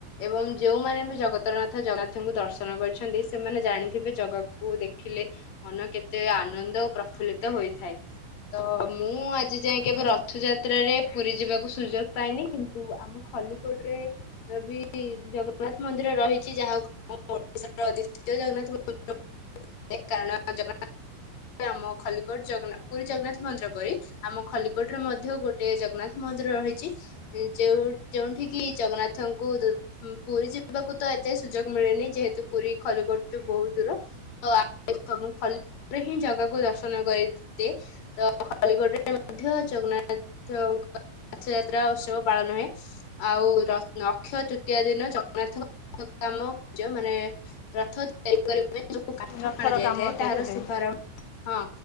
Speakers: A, on the left (about 45°); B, on the left (about 80°).
A: ଏବଂ ଯୋଉମାନେ ବି ଜଗତରନାଥ ଜଗନ୍ନାଥଙ୍କୁ ଦର୍ଶନ କରିଛନ୍ତି ସେମାନେ ଜାଣିଥିବେ ଜଗାକୁ ଦେଖିଲେ ମନ କେତେ ଆନନ୍ଦ ଓ ପ୍ରଫୁଲ୍ଲିତ ହୋଇଥାଏ ତ ମୁଁ ଆଜି ଯାଇଏ
B: ହୁଁ,
A: କେବେ ରଥଯାତ୍ରାରେ ପୁରୀ ଯିବାକୁ ସୁଯୋଗ ପାଇନି କିନ୍ତୁ ଆମ ଖଲିକୋଟ ରେ ବି ଜଗନ୍ନାଥ ମନ୍ଦିର ରହିଛି ଯାହା କୁ ଆମ ଓଡିଶା ର ଜଗନ୍ନାଥ ମନ୍ଦିର କାରଣ ଜଗନ୍ନାଥ ଆମ ଖଲିକୋଟ ପୁରୀ ଜଗନ୍ନାଥ ମନ୍ଦିର ପରି ଆମ ଖଲିକୋଟ ରେ ମଧ୍ୟ ଗୋଟେ ଜଗନ୍ନାଥ ମନ୍ଦିର ରହିଛି ଯୋଉ ଯୋଉଠି କିି ଜଗନ୍ନାଥଙ୍କୁ ପୁରୀ ଯିବାକୁ ତ ଏତେ ସୁଯୋଗ ମିଳେନି ଯେହେତୁ ପୁରୀ ଖଲିଗୋଟୁ ବହୁତ ଦୂର ତ ମୁଁ ଖଲୋରେ ହିଁ ଜଗାକୁ ଦର୍ଶନ କରିଦିଏ ତ ଖଲିଗୋଟରେ ମଧ୍ୟ ଜଗନ୍ନାଥ ରଥଯାତ୍ରା ଉତ୍ସବ ପାଳନ ହୁଏ ଆଉ ଅକ୍ଷୟ ତୃତୀୟ ଦିନ ଜଗନ୍ନାଥଙ୍କ କାମ କ ମାନେ ରଥ ତିଆରି କରିବ। କାଠ
B: ରଥର
A: ଅଣା ଯାଇଥାଏ
B: କାମ ତିଆରି
A: ତାର
B: ହୋଇଥାଏ
A: ଶୁଭାରମ୍ଭ ହଁ